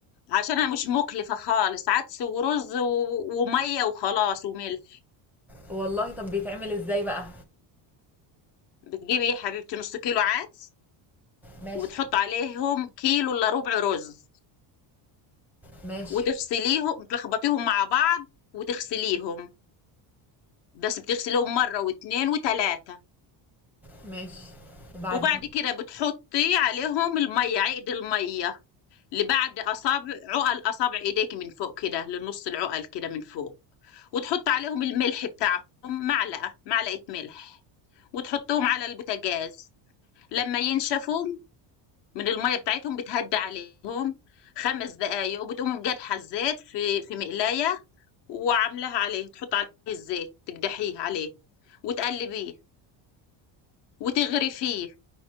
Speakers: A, on the left; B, in the centre.
A: عشانها مش مكلفة خالص عدس ورز و- ومية وخلاص وملح
B: والله طب بيتعمل ازاي بقى
A: بتجيبي يا حبيبتي نص كيلو عدس
B: ماشي
A: وبتحط عليهم كيلو إلا ربع رز
B: ماشي
A: وتفصليهم تلخبطيهم مع بعض وتغسليهم بس بتغسليهم مرة واتنين وتلاتة
B: ماشي وبعدين
A: وبعد كده بتحطي عليهم المية عقد المية لبعد أصابع عقل أصابع إيديك من فوق كده لنص العقل كده من فوق وتحط عليهم الملح بتاعهم معلقة معلقة ملح وتحطهم على البوتاجاز لما ينشفوا من المية بتاعتهم بتهدى عليهم خمس دقايق وبتقوم جدحة الزيت في في مقلاية وعاملاها عليه تحط عليه الزيت تقدحيه عليه وتقلبيه وتغرفيه